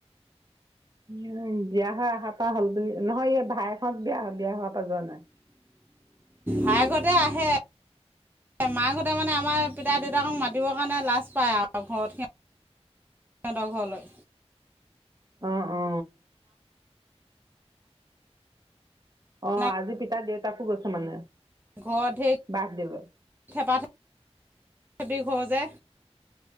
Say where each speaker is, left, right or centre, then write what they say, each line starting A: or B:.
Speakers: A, on the right; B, on the right.
A: উম, বিয়া হৈ অহাৰ পৰা হ'ল বুলি নহয় এই ভাইক হত বিয়া বিয়া হোৱাৰ পৰা যোৱা নাই।
B: ভাইহতে আহে। মাকাহঁতে মানে আমাৰ পিতা দেউতাকক মাতিবৰ কাৰণে লাজ পায় আৰু ঘৰত সিহঁ সিহঁতৰ ঘৰলৈ।
A: অ অ
B: মানে
A: অ আজি পিতা দেউতাকো গৈছে মানে।
B: ঘৰত ধেৰ
A: বাৰ্থডেলৈ
B: থেপাথেপি ঘৰ যে